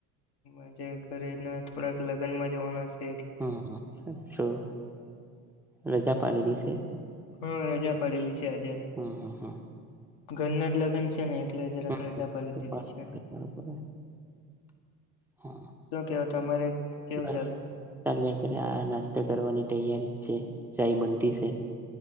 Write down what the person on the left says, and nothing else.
મજા ઘરે ના થોડાક લગ્ન મા જવાનાસે
હા રજા પડેલી છે આજે.
ઘરના જ લગ્ન છે ને એકલે હ જરક
રજા પાડી દીધી છે.
શું કેવ તમારે? કેવું
ચાલે